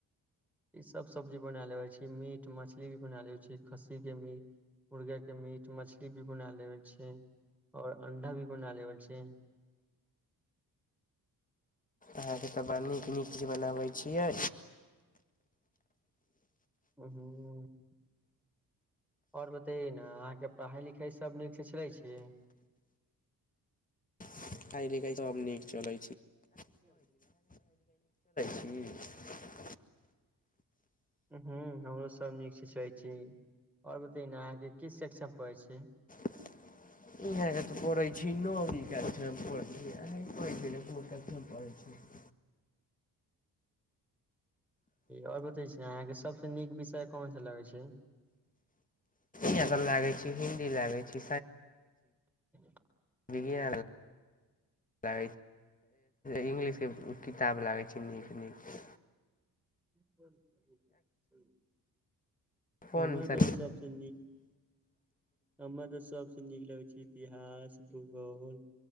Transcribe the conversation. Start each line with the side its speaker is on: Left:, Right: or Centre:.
Centre: ई सब सब्जी बना लेब छी मीट मछली भी बना लेे छी खस्सी के मीट मुर्गा के मीट मछली भी बना लेते छै आओर अंडा भी बना लेबै छी
Left: अहाँके तऽ बड़ा नीक नीक चीज बनाबै छियै
Centre: उंहू <unintelligible> ओर बतै ने अहाँके पढ़ाइ लिखाइ सभ नीकसँ चलै छी
Left: पढ़ाई लिखाई सब तऽ ेक चलै
Centre: हूँ
Left: छै <unintelligible>
Centre: हमरो सब नीक सिखै छी ओर बतै ने अहाँके कस शेक्षा पढ़ै छी
Left: <unintelligible> ह तऽ पै छी नदी छी को छी <unintelligible> <inaudible>
Centre: ओर बतै छी ने अहाँके सबसे नीक विषय कोन सा लगै छै
Left: इहाँ तऽ लागै छी हिन्दी लागै छी
Centre: <unintelligible>
Left: इ है लै <inaudible> इंग्लिशके किताब लागै छी नीक नीक
Centre: कोन <unintelligible>
Left: कोन
Centre: हमर
Left: सा
Centre: लए सभसँ नीक हमरा तऽ सभसँ नीक लगै छै इतिहास भूगोल